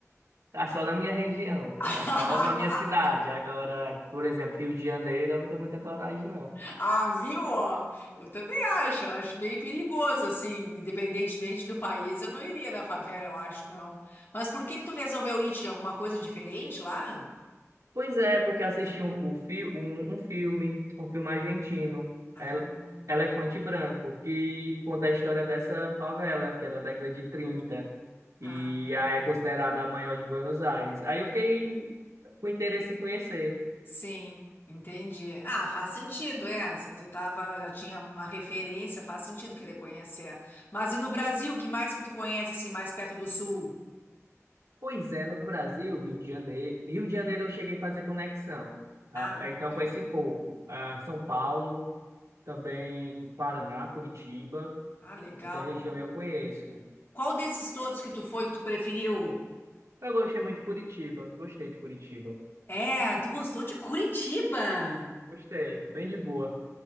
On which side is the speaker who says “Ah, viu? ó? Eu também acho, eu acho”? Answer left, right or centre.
Left